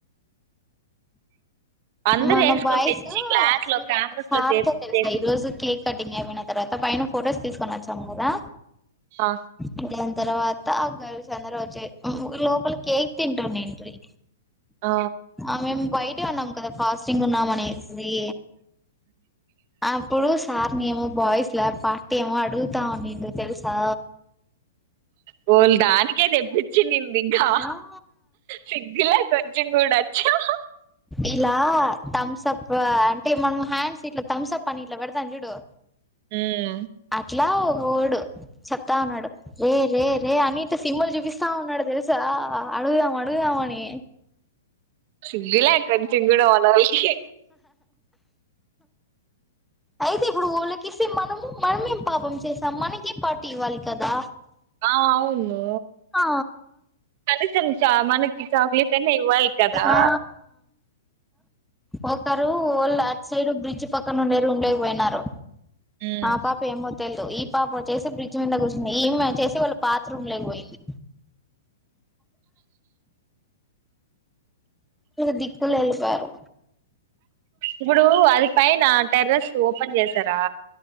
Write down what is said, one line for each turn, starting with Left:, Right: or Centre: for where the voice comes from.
Right: అందరు
Centre: మన
Right: వేసుకొని
Centre: బాయస్
Right: తెచ్చి క్లాస్
Centre: సూర్య
Right: లో క్యాంపస్
Centre: సార్
Right: లో చేపి
Centre: తో తెలుసా
Right: చేపి
Centre: ఈ రోజు కేక్ కటింగ్ అయిపోయిన తర్వాత పైన ఫొటోస్ తీసుకొ వచ్చాం కదా
Right: ఆ
Centre: ఇంగా తర్వాత ఆ గర్ల్స్ అందరూ వచ్చి లోపల కేక్ తింటా నేన్ పోయ్
Right: ఆ,
Centre: ఆ మేమ్ వైట్ టి అన్నాం కద ఫాస్టింగ్ ఉన్నామనేస్ ది అప్పుడు సార్ని ఏమో బాయ్స్ లా పార్టీ అడుగుతా ఉన్నింది తెలుసా
Right: వోల్ దానికే తెప్పి చ్చ నింది ఇంగా
Centre: ఆ
Right: సిగ్గులా కొంచెం కూడా చుహ
Centre: ఇలా థమ్స అప్ అంటే మనం హ్యాండ్స్ ఇట్లా థమ్స అప్ అని ఇట్లా పెడతాం చూడు
Right: హుమ్
Centre: ఇట్లా ఓ గోడు చెప్తా ఉన్నాడు రే రే రే అని ఇట్టా సిమ్మలు చూపిస్తా ఉన్నాడు తెలుసా అడుగుదాం అడుగుదామని
Right: సిగ్గు లే కొంచెం కూడా మనోల్లోకి
Centre: అయితే ఇప్పుడు ఊళ్లకి కిసి మనము మనమేం పాపం చేసాం మనకే పార్టీ ఇవ్వాలి కదా
Right: ఆ అవును
Centre: ఆ
Right: హలో చా మనకి చాక్లేట్ చెన్నైయ్ వై కదా
Centre: ఆ ఒకరు వొళ్ళు అట్ సైడ్ బ్రిడ్జ్ పక్కన ఉండే రూమ్ లోకి పోయినారు
Right: ఉమ్.
Centre: ఆ పాప ఏమో తెల్దు ఈ పాప వొచ్చేసి బ్రిడ్జి మింద కూర్చుంది ఈ ఇమ్మి వొచ్చేసి వాళ్ళ బత్రూమ్ లోకిపోయింది టూ దిక్కోలో ఎల్లిపోయారు
Right: ఇప్పుడు అది పైన టెర్రస్ ఓపెన్ చేసారా